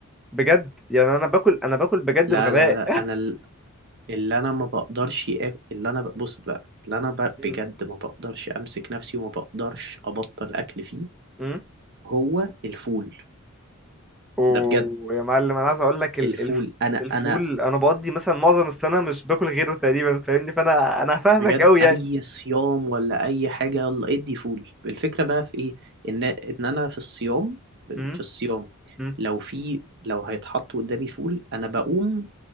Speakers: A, in the centre; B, on the right.
A: بجد يعني انا باكل انا باكل بجد
B: لا
A: بغباء
B: لا لا انا اللي انا ما بقدرش أ- اللي انا ب- بص بقى اللي انا ب-
A: <laughs>
B: بجد ما بقدرش امسك نفسي وما بقدرش ابطل اكل فيه
A: مم.
B: هو الفول
A: ويا
B: ده بجد
A: معلم انا عايز اقول لك ال-
B: الفول
A: الف...
B: انا
A: الفول
B: انا
A: انا بقضي مثلا معظم السنه مش باكل غيره تقريبا فاهمني فانا انا فاهمك
B: بجد
A: قوي يعني
B: اي صيام ولا اي حاجه يلا ادي فول الفكره بقى في ايه ان ان انا في الصيام في
A: امم
B: الصيام
A: امم
B: لو في لو هيتحط قدامي فول انا بقوم